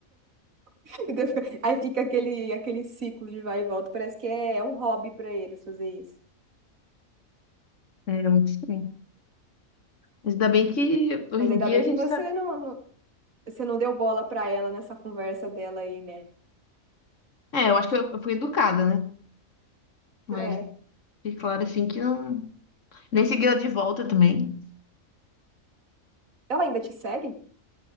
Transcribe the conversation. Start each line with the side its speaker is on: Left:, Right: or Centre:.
Right: <laughs> E depois- Aí fica aquele, aquele ciclo de vai e volta. Parece que é, é um hobby pra eles fazer isso.
Left: É muito estranho. Mas ainda bem que hoje
Right: Mas
Left: em
Right: ainda
Left: dia
Right: bem
Left: a
Right: que
Left: gente
Right: você
Left: tá.
Right: não, não- você não deu bola pra ela nessa conversa dela aí, né?
Left: É, eu acho que eu, eu fui educada, né? Mas
Right: É.
Left: fica claro assim que não. Nem segui ela de volta também.
Right: Ela ainda te segue?